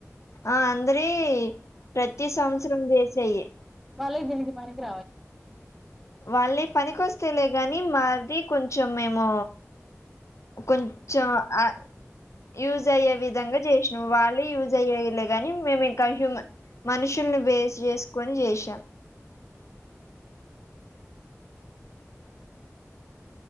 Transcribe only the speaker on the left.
ఆ అందరివి ప్రతి సంవత్సరం చేసేయి
వాళ్ళివి పనికొస్తేయ్లే గాని మాది కొంచెం మేము కొంచెం ఆ యూజ్ అయ్యే విధంగా చేసినవ్ వాళ్ళే యూజ్ అయ్యేలే గాని మేము ఇంకా హ్యూమ మనుషుల్ని బేస్ చేసుకొని చేశాం